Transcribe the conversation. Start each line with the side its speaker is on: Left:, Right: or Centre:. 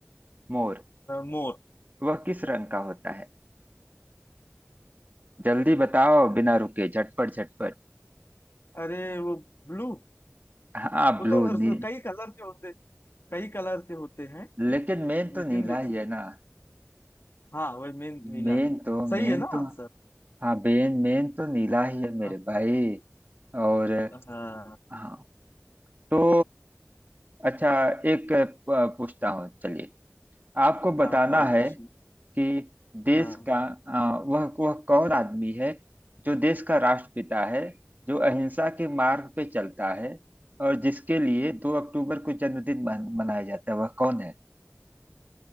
Right: मोर
Left: मोर
Right: वह किस रंग का होता है जल्दी बताओ बिना रुके झटपट झटपट
Left: अरे वो ब्लू
Right: हाँ
Left: वो
Right: ब्लू
Left: तो
Right: नी
Left: कई कलर के होते कई कलर के होते हैं
Right: लेकिन मेन तो
Left: लेकिन
Right: नीला
Left: जैसे
Right: ही है ना
Left: हाँ वही मेन नीला
Right: मेन तो
Left: सही
Right: मेन
Left: है ना
Right: तो
Left: आंसर
Right: हाँ बेन मेन तो नीला ही है मेरे
Left: हाँ
Right: भाई और
Left: हाँ
Right: हाँ तो अच्छा एक प- पूछता हूँ चलिए आपको बताना
Left: हाँ और
Right: है
Left: कुछ
Right: कि देश
Left: हाँ
Right: का आ, वह वह कौन आदमी है जो देश का राष्ट्रपिता है जो अहिंसा के मार्ग पे चलता है और जिसके लिए दो अक्टूबर को जन्मदिन मन, मनाया जाता है वह कौन है